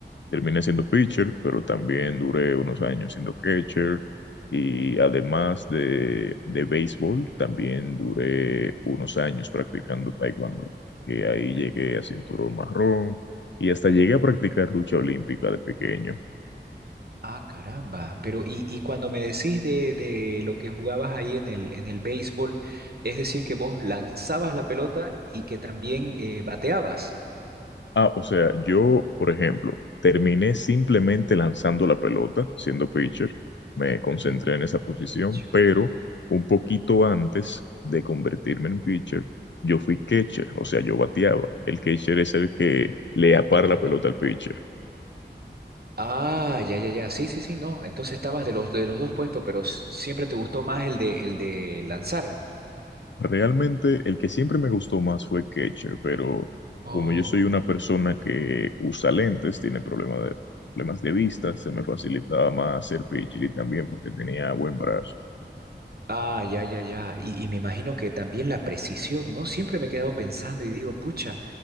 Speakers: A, on the left; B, on the right.
A: Terminé siendo pitcher, pero también duré unos años siendo catcher. Y además de, de béisbol, también duré unos años practicando taekwondo, que ahí llegué a cinturón marrón y hasta llegué a practicar lucha olímpica de pequeño.
B: Ah, caramba. Pero y, y cuando me decís de, de lo que jugabas ahí en el, en el béisbol, es decir, que vos lanzabas la pelota y que también eh, bateabas.
A: Ah, o sea, yo, por ejemplo, terminé simplemente lanzando la pelota, siendo pitcher, me concentré
B: Mm,
A: en esa posición,
B: pitcher,
A: pero un poquito antes de convertirme en pitcher, yo fui catcher, o sea, yo bateaba. El catcher es el que le apara
B: el que
A: la
B: batea.
A: pelota al pitcher.
B: Ah, ya, ya, ya. Sí, sí, sí, no. Entonces estabas de los, de los dos puestos, pero s- siempre te gustó más el de, el de lanzar.
A: Realmente, el que siempre me gustó más fue catcher, pero
B: Oh.
A: como yo soy una persona que usa lentes, tiene problema de, problemas de vista, se me facilitaba más ser pitcher y también porque tenía buen brazo.
B: Ah, ya, ya, ya. Y, y me imagino que también la precisión, ¿no? Siempre me he quedado pensando y digo, pucha,